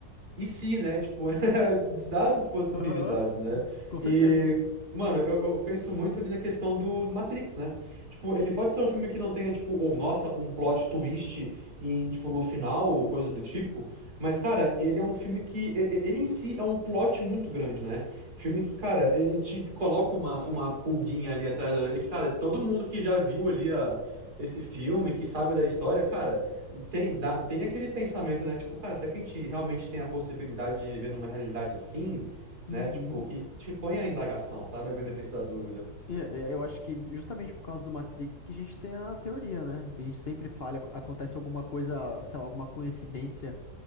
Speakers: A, on the right; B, on the left.
A: E se, né? Tipo, <laughs> te dá essas possibilidades,
B: Aham.
A: né?
B: Com certeza.
A: E, mano, eu, eu penso muito ali na questão do Matrix, né? Tipo, ele pode ser um filme que não tenha, tipo, ou nossa, um plot twist em, tipo, no final ou coisa do tipo. Mas, cara, ele é um filme que. e- e- Ele em si é um plot muito grande, né? Filme que, cara, ele te coloca uma, uma pulguinha ali atrás da orelha que, cara, todo mundo que já viu ali a, esse filme, que sabe da história, cara. Tem, dá- tem aquele pensamento, né? Tipo, cara, será que a gente realmente tem a possibilidade de viver numa realidade assim, né?
B: Uhum.
A: Tipo, que te põe a indagação, sabe? O benefício da dúvida.
B: E, e, Eu acho que justamente por causa do Matrix que a gente tem a teoria, né? Que a gente sempre falha, acontece alguma coisa, sei lá, alguma coincidência